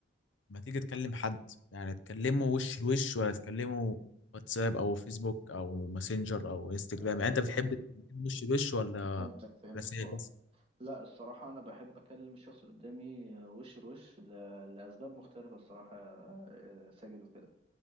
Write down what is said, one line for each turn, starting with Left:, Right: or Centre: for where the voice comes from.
Left: ما تيجي تكلم حد يعني تكلمه وش لوش ولا تكلمه واتساب او فيسبوك او ماسنجر او انستجرام
Right: آه
Left: يعني انت بتحب تكلمه وش لوش ولا
Right: فهمتك فهمتك
Left: رسائل
Right: اه
Left: بس
Right: لا الصراحه انا بحب اكلم الشخص اللي قدامي آه، وش لوش ل- لاسباب مختلفه الصراحه آه، آه، ساجد وكده